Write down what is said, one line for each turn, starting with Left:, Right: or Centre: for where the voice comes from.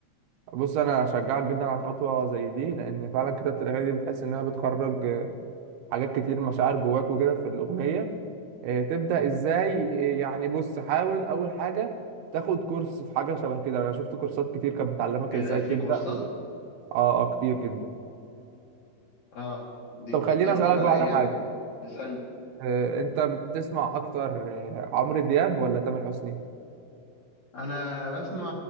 Right: بص انا اشجعك جدا على خطوة زي دي لان فعلا كتابة الاغاني دي بتحس انها بتخرج آه، حاجات كتير مشاعر جواك وكده في الاغنية آه، تبدأ ازاي آه، يعني بص حاول اول حاجة تاخد كورس في حاجة شبه كده انا شفت كورسات كتير كانت بتعلمك
Left: ايه
Right: ازاي
Left: ده في
Right: تبدأ
Left: كورسات
Right: و... اه اه كتير جدا
Left: اه دي
Right: طب
Left: بتدربك
Right: خليني اسألك
Left: على
Right: بقى
Left: ايه
Right: على
Left: يعني
Right: حاجة
Left: اسألني
Right: آه، انت بتسمع اكتر آه، عمرو دياب ولا تامر حسني
Left: انا بسمع